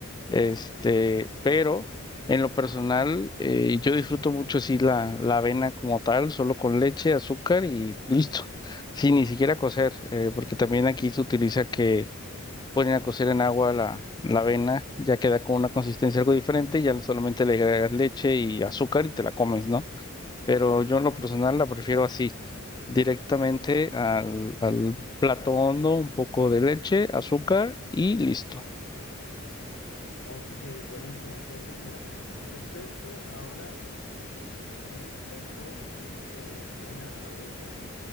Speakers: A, on the left; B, on the left.
A: Este, pero en lo personal, eh, yo disfruto mucho así la, la avena como tal, solo con leche, azúcar y listo, sin ni siquiera cocer, eh, porque también aquí se utiliza que ponen a cocer en agua la, la avena, ya queda con una consistencia algo diferente, ya solamente le agregas leche y azúcar y te la comes, ¿no? Pero yo en lo personal la prefiero así, directamente al, al plato hondo, un poco de leche, azúcar y listo.
B: Ok, buenísimo. Entonces, mira, yo creo que ahora ah, sí se me antojó eh, una avena